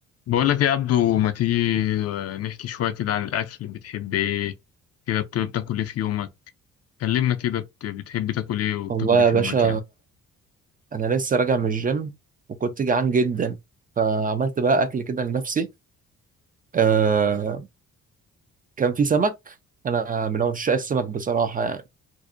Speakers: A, on the left; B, on the right.
A: بقول لك إيه يا عبدو ما تيجي آه، نحكي شوية كده عن الأكل بتحب إيه كده بت- بتاكل إيه في يومك كلمنا كده بت- بتحب تاكل إيه وبتاكل
B: والله
A: إيه
B: يا
A: في
B: باشا
A: يومك يعني
B: انا لسه راجع من الجيم وكنت جعان جدا فعملت بقى اكل كده لنفسي آه كان في سمك انا من عشاق السمك بصراحه يعني